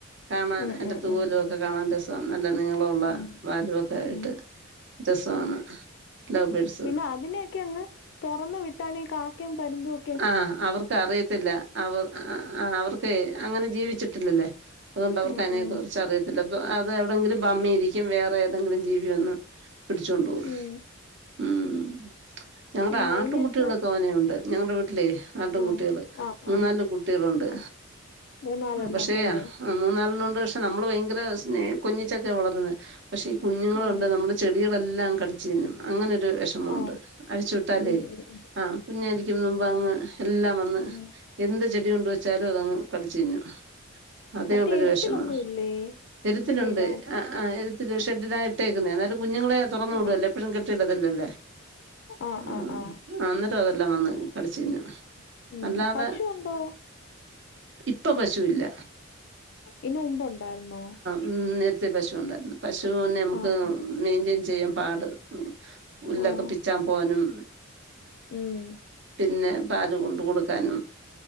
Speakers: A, on the right; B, on the left.
A: കാണാൻ
B: ഉം
A: എന്റെ
B: ഉം
A: തൂവലൊക്കെ
B: ഉം
A: കാണാൻ രസ നല്ല നീളഉള്ള
B: ഉം
A: വാലുവൊക്കെ ആയിട്ട്
B: ഉം
A: രസവാണ് ലൗ പേഴ്സ്
B: ഇല്ല അതിൻ്റെയൊക്കെയങ്ങ് തൊറന്ന് വിട്ടാല് ഈ കാക്കയും പരുന്തു ഒ
A: ആഹ്, അവർക്ക് അറിയത്തില്ല അവർ അ അ ആഹ് അവർക്ക് അങ്ങനെ ജീവി ച്ചിട്ടില്ലല്ലേ അതുകൊണ്ട് അവർക്ക്
B: ഉം
A: അയ്നെ
B: ഉം
A: കുറിച്ച് അറിയ ചിലപ്പൊ അത് എവിടെങ്കിലും പമ്മിയിരിക്കും വേറെ ഏതെങ്കിലും ജീവി വന്ന് പിടിച്ചോണ്ട് പോവും.
B: ഉം
A: ഉം, ഞങ്ങടെ
B: ഒന്ന്
A: ആട്ടുംകുട്ടികള്
B: അയിനെയൊക്കെ
A: തോനെയുണ്ട്. ഞങ്ങടെ വീട്ടിലേ ആട്ടും
B: ആഹ്
A: കുട്ടികള്
B: ആഹ്
A: മൂന്നാല്
B: ആഹ്
A: കുട്ടികളുണ്ട്.
B: ആഹ് മൂന്നാലെണ്ണം
A: പക്ഷേ
B: ഉണ്ടല്ലേ
A: ആഹ്, മൂന്നാലെണ്ണ ഉണ്ട് പക്ഷെ നമ്മള് ഭയങ്കര സ്നേ കൊഞ്ഞിച്ചൊക്കെ വളർത്തുന്നെ പക്ഷെ ഈ കുഞ്ഞുങ്ങളുണ്ടല്ലോ
B: ഉം
A: നമ്മള് ചെടികളെല്ലാങ്ങ് കടിച്ച് തിന്നും അങ്ങനൊര് വെഷ് മുണ്ട്
B: ആഹ്
A: അഴിച്ചു വിട്ടാലേ
B: ഉം ഉം ഉം
A: ആഹ് കുഞ്ഞാരിക്കും മുമ്പങ്ങ് എല്ലാം വന്ന്
B: ഉം
A: എന്ത് ചെടി കൊണ്ട് വെച്ചാലും അതങ്ങ് കടിച്ചു തിന്നും. അതേ
B: മറ്റേ
A: ഉള്ളൊരു
B: എരുത്തിലൊന്നും
A: വെഷമം.
B: ഇല്ലേ
A: എരുത്തിലുണ്ട്
B: ഇതിനെ ഇടാൻ
A: ആഹ് ആഹ് എര്ത്തിട്ടരു ഷെഡിനായി ഇട്ടേക്കുന്നെ എന്നാലും കുഞ്ഞുങ്ങളെ തുറന്നു വിടുവല്ലോ
B: ആഹ്
A: എപ്പഴും കെട്ടിയിടലല്ലല്ലേ
B: ആഹ്
A: ആഹാ
B: ആഹ് ആഹ്
A: ആഹ്എന്നട്ടും അതെല്ലാം വന്ന് കടിച്ചു തിന്നും
B: ഉം
A: അല്ലാതെ
B: പശു ഉണ്ടോ
A: ഇപ്പൊ പശുവില്ല.
B: ഈൻ്റെ മുമ്പ് ഉണ്ടായിരുന്നോ?
A: ഉം, നേര്ത്തെ പശു ഉണ്ടായിരുന്നു. പശൂനെ അമുക്ക്
B: ആഹ് ആഹ്
A: മെയിൻറ്റെയ്ൻ ചെയ്യാൻ പാട് ഉ ഉല്ലൊക്കെ
B: ആഹ്
A: പിച്ചാൻ പോവാനും
B: ഉം
A: പിന്നെ പാല് കൊണ്ട് കൊടുക്കാനും